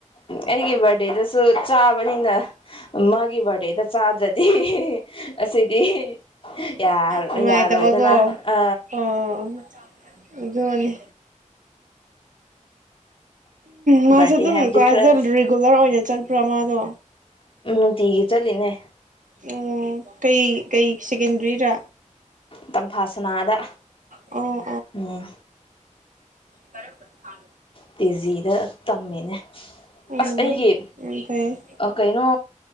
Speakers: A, on the left; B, on the right.
A: ꯑꯩꯒꯤ ꯕꯥꯔꯗꯦ ꯑꯗꯨꯗꯩꯗꯁꯨ ꯆꯥꯕꯅꯤꯅ ꯃꯥꯒꯤ ꯕꯥꯔꯗꯦꯗ ꯆꯥꯗ꯭ꯔꯗꯤ ꯑꯁꯤꯗꯤ ꯌꯥꯔꯣꯏꯗꯅ
B: ꯅꯨꯡꯉꯥꯏꯇꯕꯀꯣ
A: ꯑ
B: ꯑꯣ ꯑꯗꯨꯅꯤ ꯃꯥꯁꯨ
A: ꯕꯥꯔꯗꯦ
B: ꯑꯗꯨꯝ
A: ꯍꯥꯏꯕꯗꯤ
B: ꯀ꯭ꯂꯥꯁꯇ
A: ꯈꯔ
B: ꯔꯤꯒꯨꯂꯔ ꯑꯣꯏꯅ ꯆꯪ ꯄ꯭ꯔꯃꯥꯗ
A: ꯎꯗꯤꯒꯤ ꯆꯠꯂꯤꯅꯦ
B: ꯑꯣ ꯀꯩ ꯀꯩ ꯁꯦꯀꯦꯟꯗꯔꯤꯗ
A: ꯇꯝꯐꯥꯥꯁꯅꯥꯗ
B: ꯑꯣ
A: ꯎꯝ
B: ꯀꯔꯦꯄ ꯊ
A: ꯇꯤꯖꯤꯗ ꯇꯝꯃꯤꯅꯦ
B: ꯎꯝ ꯌꯥꯝ
A: ꯑꯁ ꯑꯩꯒꯤ
B: ꯐꯩꯌꯦ
A: ꯀꯩꯅꯣ